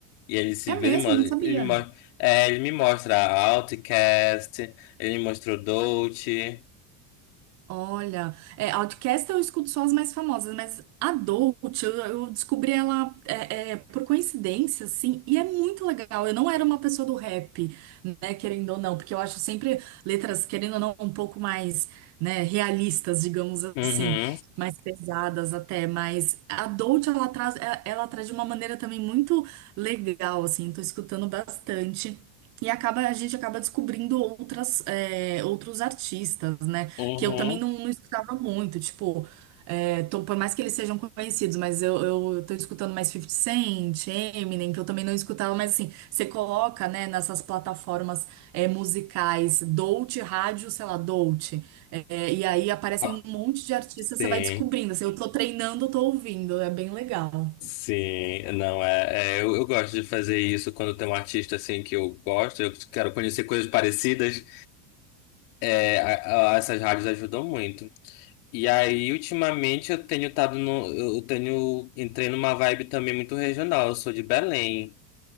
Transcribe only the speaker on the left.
E ele se
vê,
ele mostra,
ele, mo- é, ele me mostra a Outcast, ele me mostrou Dolce.
Uhum,
uhum.
Ah,
Sim,
sim. Não, é, é, eu, eu gosto de fazer isso quando tem um artista assim que eu gosto, eu quero conhecer coisas parecidas. É, a- a- essas rádios ajudam muito. E aí, ultimamente, eu tenho estado no. Eu tenho. Entrei numa vibe também muito regional. Eu sou de Belém.